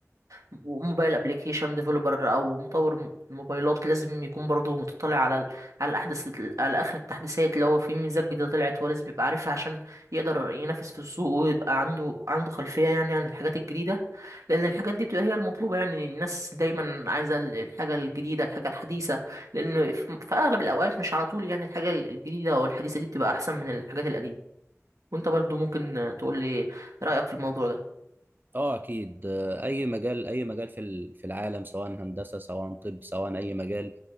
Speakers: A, on the right; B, on the right.
A: موبايل ابلكيشن ديفلوبر او مطور موبايلات لازم يكون برضه متطلع على ال- على احدث على اخر التحديثات لو في ميزات جديده طلعت هو لازم يبقى عارفها عشان يقدر ينافس في السوق ويبقى عنده عنده خلفيه يعني عن الحاجات الجديده لان الحاجات دي بتبقى هي المطلوبه يعني الناس دايما عايزه ال- الحاجه الجديده الحاجه الحديثه لان في في اغلب الاوقات مش على طول يعني الحاجه الجديده او الحديثه دي بتبقى احسن من الحاجات القديمه وانت برضو ممكن تقول لي رايك في الموضوع ده
B: اه اكيد آه، اي مجال اي مجال في ال- في العالم سواء هندسه سواء طب سواء اي مجال